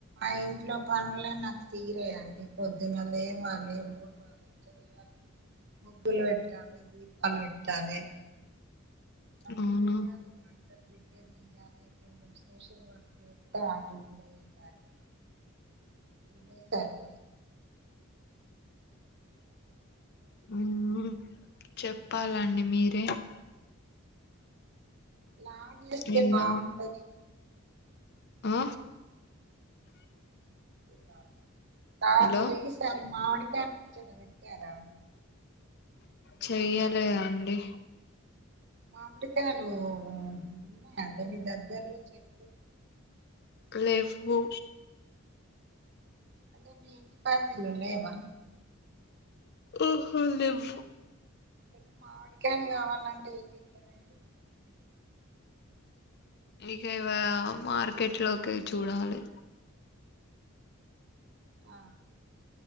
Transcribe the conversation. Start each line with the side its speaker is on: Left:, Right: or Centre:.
Right: ఆ ఇంట్లో పనులన్న తీరేయా అండి పొద్దుమేల ఏవాలి మూడుాలి చాలి ముగ్గులు పెట్టాలి దీ అవి విట్టా నే అన్నీ
Left: అవును
Right: వెయ్యాల ప్రిపర్ కొంచ సోషల్ వర్క్ వ్యక్తపో
Left: అ చెప్పాలండి మీరే
Right: లాగ చేస్తే
Left: నిన్న
Right: బాగుంటది
Left: ఆ
Right: ఇ కాదు
Left: హలో
Right: ఈ సారి మావడికి డం జర వింటారా
Left: చెయ్యాలగ అండి
Right: మామిడికాయలు ఉన్నాయండి మీ దగ్గర్లో చెట్టు
Left: లే వ్య
Right: అంటే మీే ఇంటి పదిలో లేవా
Left: ఓహో లేవు
Right: ఎ మాడి చక్కన్ కావాలంటే ఏం చెప్పారండి
Left: మీకెవ మార్కెట్ లోకి చూడాలే
Right: ఆ